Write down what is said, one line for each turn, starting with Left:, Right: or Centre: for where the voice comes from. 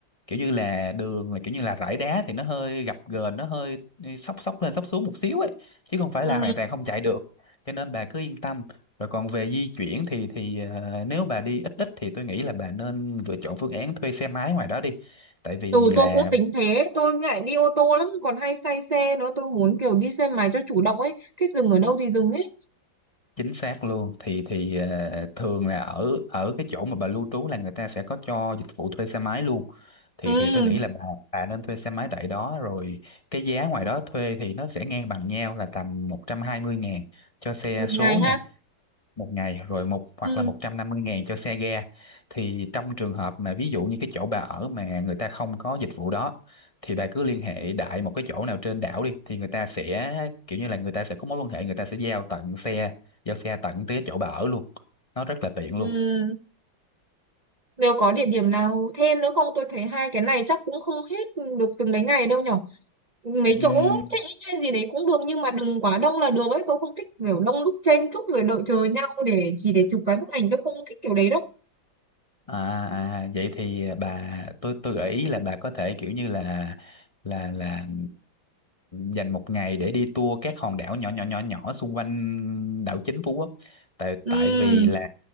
Left: kiểu như là đường là kiểu như là rải đá thì nó hơi gập ghềnh nó hơi xóc xóc lên xóc xuống một xíu ấy chứ không phải
Right: Ừ.
Left: là hoàn toàn không chạy được cho nên bà cứ yên tâm rồi còn về di chuyển thì thì ờ, nếu bà đi ít ít thì tôi nghĩ là bà nên lựa chọn phương án thuê xe máy ngoài đó đi tại vì
Right: Ừ
Left: là
Right: tôi cũng tính thế Tôi ngại đi ô tô lắm Còn hay say xe nữa Tôi muốn kiểu đi xe máy cho chủ động ấy Thích dừng ở đâu thì dừng ấy
Left: chính xác luôn thì thì ờ, thường là ở ở cái chỗ mà bà lưu trú là người ta sẽ có cho dịch vụ thuê xe máy luôn thì
Right: Ừ
Left: thì tôi nghĩ là bà bà nên thuê xe máy tại đó rồi cái giá ngoài đó thuê thì nó sẽ ngang bằng nhau là tầm một trăm hai mươi ngàn cho xe
Right: Một
Left: số
Right: ngày ha
Left: nha một ngày rồi một hoặc
Right: Ừ
Left: là một trăm năm mươi ngàn cho xe ga thì trong trường hợp mà ví dụ như cái chỗ bà ở mà người ta không có dịch vụ đó thì bà cứ liên hệ đại một cái chỗ nào trên đảo đi thì người ta sẽ kiểu như là người ta sẽ có mối quan hệ người ta sẽ giao tận xe giao xe tận tới cái chỗ bà ở luôn nó rất là tiện luôn
Right: Ừ Nếu có địa điểm nào thêm nữa không? Tôi thấy hai cái này chắc cũng không hết được từng đấy ngày đâu nhở. Mấy
Left: Ừm,
Right: chỗ check-in hay gì đấy cũng được nhưng mà đừng quá đông là được ấy. Tôi không thích kiểu đông đúc chen chúc rồi đợi chờ nhau để chỉ để chụp cái bức ảnh. Tôi không thích kiểu đấy đâu.
Left: À, à à, vậy thì bà tôi tôi gợi ý là bà có thể kiểu như là là là dành một ngày để đi tour các hòn đảo nhỏ nhỏ nhỏ nhỏ xung quanh đảo chính Phú Quốc tại
Right: Ừm,
Left: tại vì là